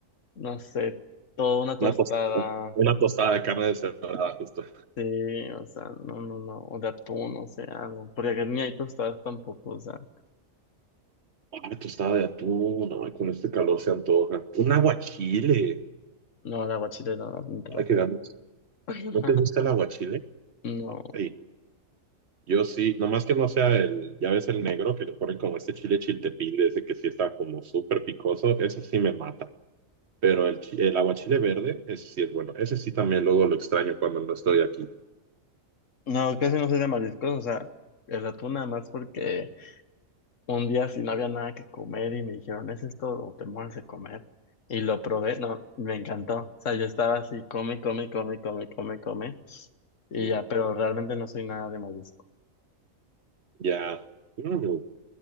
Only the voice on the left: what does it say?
no sé, toda una tostada.
Sí, o sea, no, no, no, o de atún, o sea, algo. Porque acá ni hay tostadas tampoco, o sea,
no, la aguachile no, no te lo
como.
<laughs>
No,
no, casi no soy de mariscos, o sea, el atún nada más porque un día si no había nada que comer y me dijeron, ¿es esto o te mueres de comer? Y lo probé, no, me encantó. O sea, yo estaba así, come, come, come, come, come, come. Y
ya, pero realmente no soy nada de marisco.